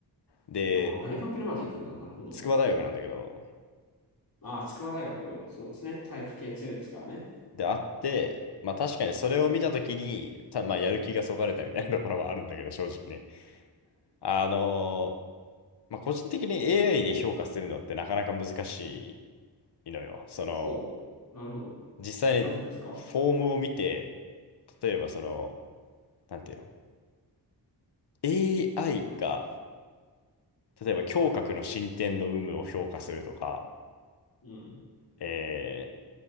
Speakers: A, on the left; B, on the left.
A: で、
B: ああ、大学にまで行くんだ。なるほど。
A: 筑波大学なんだけど、
B: ああ、筑波大学、そうですね。体育系強いですからね。
A: で、あって、まあ確かにそれを見たときに、た、まあやる気がそがれたみたいなところはあるんだけど、正直ね。あのーまあ個人的に AI で評価するのってなかなか難しいのよ。その、
B: ほう。なるほど。
A: 実際にフォームを見て、
B: なぜですか
A: 例えばその、なんていうの AI が、例えば胸郭の進展の有無を評価するとか、
B: うん。
A: えー